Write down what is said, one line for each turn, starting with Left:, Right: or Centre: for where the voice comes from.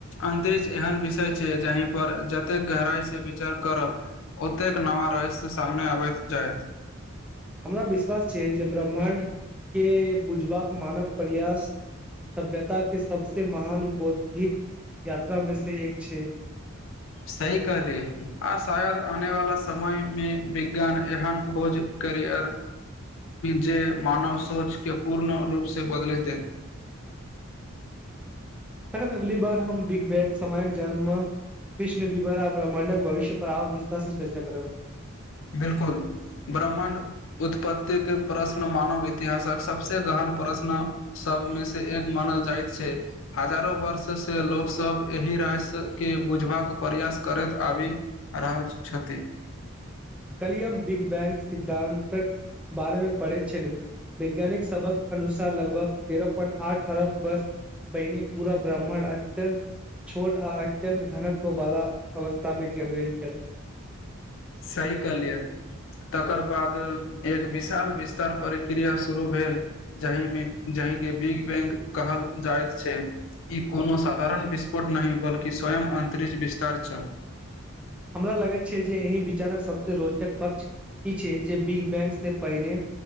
Left: अन्तरिक्ष एहन विषय छै जहिं पर जतेक गहराई से विचार करब ओतेक नव रहस्य सामने आबैत जेत।
Centre: हमरा विश्वास छै जे ब्रह्माण्ड के बुझबाक मानव प्रयास सभ्यता के सबसे महान बौद्धिक यात्रा में से एक छै।
Left: सही कहली। आ शायद आने वाला समय में विज्ञान एहन खोज करिअर जे मानव सोच के पूर्ण रूप से बदलेतै।
Centre: तखन अगली बार हम बिग बैग समयक जन्म कृष्ण विभरा ब्रह्मण्डक भविष्य पर आर विस्तार से चर्चा करब।
Left: बिलकुल ब्रह्माण्ड उत्पत्ति के प्रश्न मानव इतिहासक सबसे गहन प्रश्न सबमें से एक मानल जाइत छैय। हजारो वर्ष से लोक सब एहि रहस्य के बुझबाक प्रयास करैत आबी आरहल छथी।
Centre: काल्हिये हम बिग बैंग सिद्धान्तक बारे में पढ़ैत छलहुँ। वैज्ञानिक सबहक अनुसार लगभग तेरह पॉइंट आठ अरब बस पहिने पूरा ब्राह्म्ण अत्यन्त छोट आ अत्यंत घनत्व वाला अवस्था में केंन्द्रित छल।
Left: सही कहलियै। तकर बाद एक विशाल विस्तार प्रक्रिया शुरू भेल। जाहि में जाहिं के बिग बैंग कहल जायत छै, ई कोनो साधारण विस पोर्ट नहि बल्कि स्वयं अंतरिक्ष विस्तार छल।
Centre: हमरा लगैत छै जे एहि विचारक सबसे रोचक पक्ष ई छियै जे बिग-बैंग से पहिने